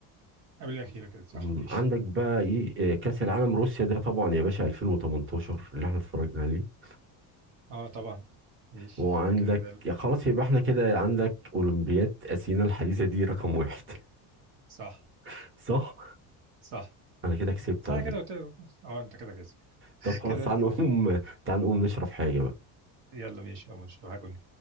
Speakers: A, on the right; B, on the right.
A: قبل الأخيرة كده صح
B: مم،
A: ماشي
B: عندك بقى إيه آه كأس العالم روسيا ده طبعا يا باشا 2018 اللي احنا اتفرجنا عليه
A: اه طبعا ماشي
B: وعندك
A: فكده ده ال-
B: يا خلاص يبقى احنا كده عندك اولمبياد اثينا الحديثه دي رقم واحد
A: صح
B: <laughs> صح
A: صح
B: انا كده كسبت
A: صح
B: على
A: كده
B: فكره
A: قلت- اه انت كده كسب <laughs>
B: طب خلاص
A: كده
B: تعال
A: اتنين
B: نقوم تعال نقوم نشرب حاجه بقى
A: يلا ماشي يا مش هجن